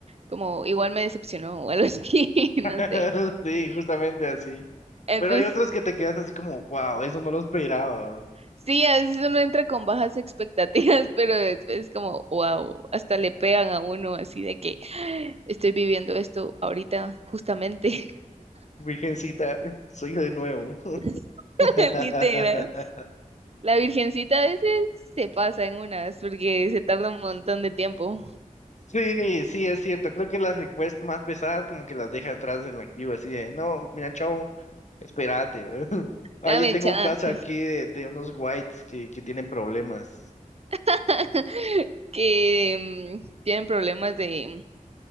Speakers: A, on the right; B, on the left.
A: Como igual me decepcionó o algo así, <laughs> no
B: <laughs>
A: sé.
B: Sí, justamente así.
A: Entonces
B: Pero hay otros que te quedas así como, wow, eso no lo esperaba.
A: Sí, a veces uno entra con bajas expectativas, <laughs> pero después es como, wow, hasta le pegan a uno así de que "Ah, estoy viviendo esto ahorita justamente.
B: Virgencita, <laughs> soy yo de nuevo.
A: <laughs>
B: <laughs>
A: Literal. La virgencita a veces se pasa en unas porque se tarda un montón de tiempo.
B: Sí, sí, es cierto. Creo que las requests más pesadas como que las deja atrás en la queue, así de, no, mira, chao, espérate. ¿verdad? <laughs> Ahí
A: Dame
B: tengo
A: chance.
B: un caso aquí de, de unos whites que, que tienen problemas
A: <laughs> Que mm, tienen problemas de,